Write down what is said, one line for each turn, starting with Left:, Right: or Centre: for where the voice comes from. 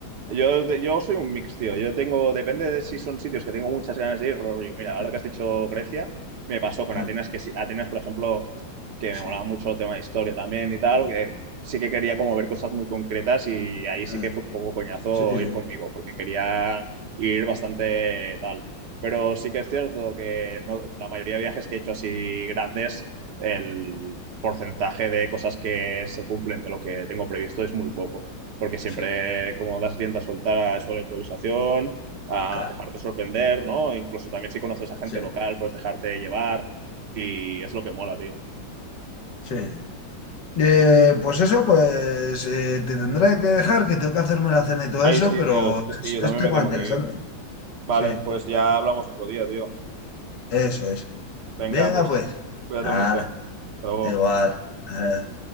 Right: Yo, yo soy un mix, tío. Yo tengo, depende
Left: <laughs>
Right: de si son sitios que tengo muchas ganas de ir, rollo. Mira, ahora
Left: Eh,
Right: que has dicho Grecia, me pasó con
Left: eh,
Right: Atenas, que sí, Atenas, por ejemplo, que
Left: Sí,
Right: me molaba mucho el tema de historia también y tal,
Left: sí,
Right: que sí que quería como ver cosas muy concretas y ahí sí
Left: eh,
Right: que fue un poco coñazo
Left: sí, sí,
Right: ir conmigo, porque quería ir bastante tal. Pero sí que es cierto que no- la mayoría de viajes que he hecho así grandes, el porcentaje de cosas que se cumplen de lo que tengo previsto es muy poco porque siempre
Left: sí,
Right: como das tienda a soltar a eso de la improvisación, a
Left: claro,
Right: dejarte sorprender, ¿no? E incluso también si conoces a gente
Left: sí,
Right: local, pues dejarte llevar y es lo que mola, tío.
Left: sí. Eh, pues eso, pues eh, te tendré que dejar, que tengo que hacerme la cena y todo
Right: Ay,
Left: eso,
Right: sí,
Left: pero
Right: tío, sí, sí,
Left: es,
Right: yo
Left: es
Right: también
Left: tema
Right: me tengo
Left: interesante.
Right: que ir. Vale,
Left: Sí, eh,
Right: pues ya hablamos otro día, tío.
Left: eso es.
Right: Venga,
Left: Venga,
Right: pues
Left: pues.
Right: cuídate
Left: Nada,
Right: mucho. Hasta luego.
Left: igual. eh,